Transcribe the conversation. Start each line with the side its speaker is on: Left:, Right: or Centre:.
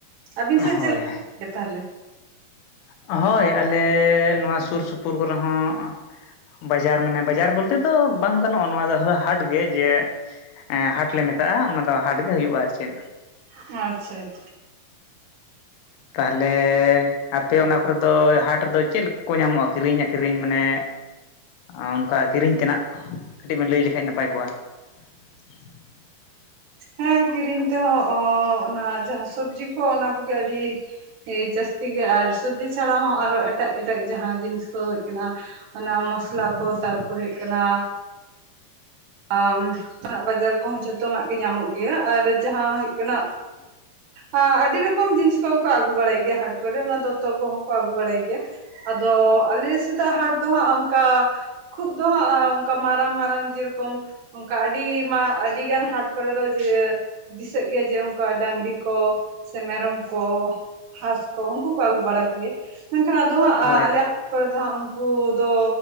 Right: ᱟᱹᱵᱤᱱ ᱥᱮᱫ
Left: ᱦᱳᱭ
Right: ᱪᱮᱫ ᱞᱮᱠᱟ ᱛᱟᱦᱞᱮ?
Left: ᱦᱳᱭ ᱟᱞᱮ ᱱᱚᱣᱟ ᱥᱩᱨ ᱥᱩᱯᱩᱨ ᱠᱚᱨᱮ ᱦᱚᱸ᱾ ᱵᱟᱡᱟᱨ ᱢᱟᱱᱮ ᱵᱟᱡᱟᱨ ᱵᱚᱞᱛᱮ ᱫᱚ ᱵᱟᱝ ᱜᱟᱱᱚᱜᱼᱟ ᱱᱚᱣᱟ ᱫᱚ ᱦᱚ ᱦᱟᱴ ᱜᱮ ᱡᱮ ᱮ ᱦᱟᱴ ᱞᱮ ᱢᱮᱛᱟᱜᱼᱟ ᱚᱱᱟ ᱦᱟᱴ ᱜᱮ ᱦᱩᱭᱩᱜᱼᱟ ᱟᱨ ᱪᱮᱫ᱾
Right: ᱟᱪᱪᱷᱟ ᱟᱪᱪᱷᱟ ᱾
Left: ᱛᱟᱦᱚᱞᱮ ᱟᱯᱮ ᱚᱱᱟ ᱠᱚ ᱠᱚᱨᱮᱫᱚ ᱦᱟᱴ ᱨᱮᱫᱚ ᱪᱮᱫ ᱞᱮᱠᱟ ᱠᱚ ᱧᱟᱢᱚᱜᱼᱟ ᱠᱤᱨᱤᱧ ᱟᱠᱷᱨᱤᱧ ᱢᱟᱱᱮ ᱟᱨ ᱚᱱᱠᱟ ᱠᱤᱨᱤᱧ ᱛᱮᱱᱟᱜ ᱠᱟᱹᱴᱤᱡ ᱵᱮᱱ ᱞᱟᱹᱭ ᱞᱮᱠᱷᱟᱡ ᱱᱟᱯᱟᱭ ᱠᱚᱜᱼᱟ ᱾ <inaudible>
Right: ᱦᱮᱸ ᱠᱤᱨᱤᱧ ᱛᱮᱦᱚᱸ ᱚᱱᱟ ᱡᱟᱦᱟᱸ ᱥᱚᱵᱡᱤ ᱠᱚ ᱚᱱᱟ ᱠᱚᱜᱮ ᱟᱹᱰᱤ ᱦᱮᱸ ᱡᱟᱹᱥᱛᱤ ᱜᱮ ᱟᱨ ᱥᱚᱵᱡᱤ ᱪᱷᱟᱲᱟ ᱦᱚᱸ ᱟᱨᱚ ᱮᱴᱟᱜ ᱮᱴᱟᱜ ᱡᱟᱦᱟᱸ ᱡᱤᱱᱤᱥ ᱠᱚ ᱦᱩᱭᱩᱜ ᱠᱟᱱᱟ ᱚᱱᱟ ᱢᱚᱥᱞᱟ ᱠᱚ ᱛᱟᱨᱯᱚᱨ ᱦᱩᱭᱩᱜ ᱠᱟᱱᱟ <inaudible> ᱱᱟᱜ ᱵᱟᱡᱟᱨ ᱠᱚᱦᱚᱸ ᱡᱷᱚᱛᱚ ᱱᱟᱜ ᱜᱮ ᱧᱟᱢᱚᱜ ᱜᱮᱭᱟ ᱟᱨ ᱡᱟᱦᱟᱸ ᱦᱩᱭᱩᱜ ᱠᱟᱱᱟ ᱟ ᱟᱹᱰᱤ ᱨᱚᱠᱚᱢ ᱡᱤᱱᱤᱥ ᱠᱚ ᱠᱚ ᱟᱹᱜᱩ ᱵᱟᱲᱟᱭ ᱜᱮᱭᱟ ᱦᱟᱴ ᱠᱚᱨᱮ ᱚᱱᱟ ᱫᱚᱛᱚ ᱠᱚᱦᱚᱸ ᱠᱚ ᱟᱹᱜᱩ ᱵᱟᱲᱟᱭ ᱜᱮᱭᱟ᱾ ᱟᱫᱚ ᱟᱞᱮ ᱥᱮᱛᱟᱜ ᱦᱟᱴ ᱫᱚ ᱦᱟᱸᱜ ᱚᱝᱠᱟ ᱠᱷᱩᱵ ᱫᱚ ᱦᱟᱸᱜᱼᱟ ᱚᱱᱠᱟ ᱢᱟᱨᱟᱝ ᱢᱟᱨᱟᱝ ᱡᱮᱨᱚ ᱠᱚᱢ ᱚᱝᱠᱟ ᱟᱹᱰᱤ ᱢᱟ ᱜᱟᱱ ᱦᱟᱴ ᱠᱚᱨᱮ ᱫᱚ ᱡᱮ ᱫᱤᱥᱟᱹᱜ ᱜᱮᱭᱟ ᱡᱮ ᱚᱱᱠᱟ ᱰᱟᱝᱨᱤ ᱠᱚ ᱥᱮ ᱢᱮᱨᱚᱢ ᱠᱚ ᱦᱟᱥ ᱠᱚ ᱩᱱᱠᱩ ᱠᱚ ᱟᱹᱜᱩ ᱵᱟᱲᱟ ᱠᱚᱜᱮᱭᱟ᱾ ᱢᱮᱱᱠᱷᱟᱱ ᱟᱫᱚ ᱦᱟᱸᱜ
Left: ᱦᱳᱭ
Right: ᱟᱞᱮ ᱟᱹᱛᱩ ᱠᱚᱨᱮ ᱫᱚ ᱦᱟᱸᱜ ᱩᱱᱠᱩ ᱫᱚ